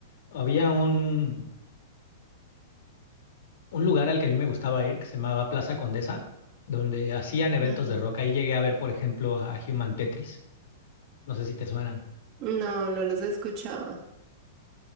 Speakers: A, on the left (about 65°); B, on the right (about 35°).
A: había un, un lugar al que a mí me gustaba ir que se llamaba Plaza Condesa, donde hacían eventos
B: Ajá.
A: de rock. Ahí llegué a ver, por ejemplo, a Human Tetris. No sé si te suenan.
B: No, no los he escuchado.